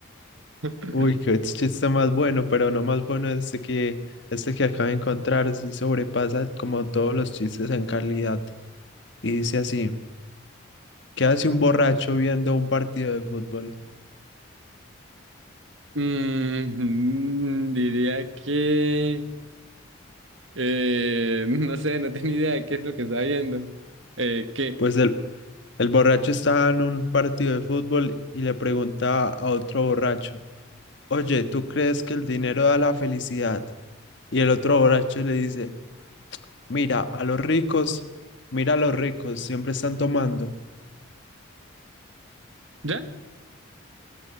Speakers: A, on the right; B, on the left.
A: <laughs>
B: Uy, qué chiste más bueno, pero no más bueno este que este que acabo de encontrar, sí sobrepasa como todos los chistes en calidad. Y dice así, ¿qué hace un borracho viendo un partido de fútbol?
A: Mm, diría que... Eh, <laughs> no sé, no tenía idea de qué es lo que está viendo. Eh, ¿qué?
B: Pues el, el borracho estaba en un partido de fútbol y le pregunta a otro borracho, oye, ¿tú crees que el dinero da la felicidad? Y el otro borracho le dice, mira, a los ricos, mira a los ricos, siempre están tomando.
A: ¿Ya?